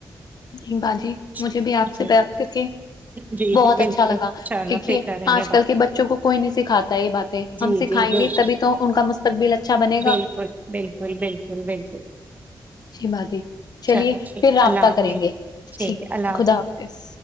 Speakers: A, on the left; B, on the right.
A: نہیں باجی مجھے
B: جی
A: بھی آپ سے بات کر کے
B: جی
A: بہت
B: جی بالکل
A: اچھا لگا
B: چلو
A: دیکھیے
B: پھر کریں
A: آج
B: گے
A: کل
B: بات
A: کے بچوں کو کوئی نہیں سکھاتا یہ باتیں
B: جی
A: ہم سکھائیں
B: جی بالکل
A: گے تبھی تو ان کا مستقبل اچھا بنے گا
B: بالکل بالکل بالکل بالکل
A: جی باجی چلیے
B: چلو ٹھیک
A: پھر
B: ہے
A: رابطہ
B: اللہ حافظ
A: کریں گے ٹھیک ہے
B: اللہ
A: خدا حافظ